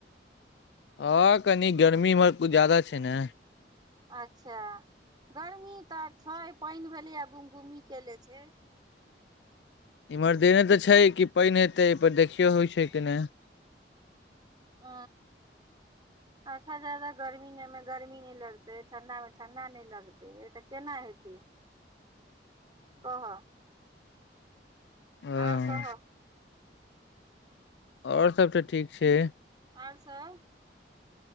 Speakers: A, on the left; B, on the right.
A: हँ कनी गर्मी इहर किछु जादा छै ने
B: अच्छा गर्मी तऽ छै पानि किया घुम घुमी कैले छै
A: इम्हर देने तऽ छै कि पानि हेतै पर देखियौ होइ छै कि नहि
B: ओ अच्छा जादा गर्मीमे गर्मी नहि लगतै ठण्ढामे ठण्ढा नहि लगतै तऽ केना हेतै कह
A: ह
B: आओर कह
A: आओर सब तऽ ठीक छै
B: आओर सब